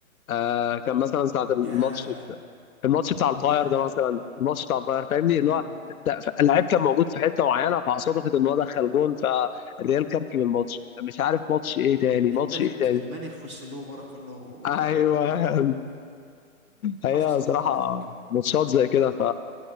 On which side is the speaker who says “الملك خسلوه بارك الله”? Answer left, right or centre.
Right